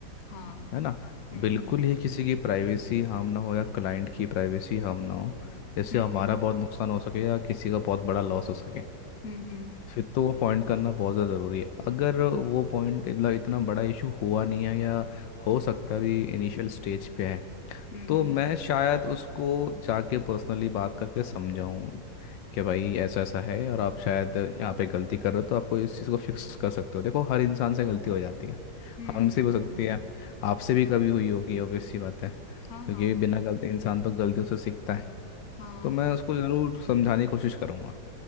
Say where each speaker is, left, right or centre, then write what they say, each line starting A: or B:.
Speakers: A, on the left; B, on the left.
A: हाँ हम्म
B: है ना बिल्कुल
A: हम्म
B: ही किसी की प्राइवेसी हार्म ना हो या क्लाइंट की प्राइवेसी हार्म ना हो जैसे
A: हम्म
B: हमारा
A: हम्म।
B: बहुत नुकसान हो सके या किसी का बहुत बड़ा लॉस हो सके
A: हम्म
B: फिर तो वो पॉइंट करना बहुत ज़्यादा ज़रूरी है अगर वो पॉइंट मतलब इतना बड़ा इशू हुआ नहीं है या हो सकता है अभी इनिशियल स्टेज पे है
A: हम्म
B: तो मैं शायद उसको जाके पर्सनली बात करके समझाऊं कि भाई ऐसा ऐसा है और आप शायद यहाँ पे गलती कर रहे हो तो आपको इस चीज़ को फिक्स कर सकते हो देखो हर इंसान से गलती हो जाती है
A: हम्म
B: हमसे भी हो सकती है आपसे भी कभी हुई होगी ऑब्वियस सी बात है
A: हाँ
B: क्योंकि
A: हाँ
B: बिना गलती इंसान तो गलतियों से सीखता है
A: हाँ
B: तो मैं उसको ज़रूर समझाने की कोशिश करूँगा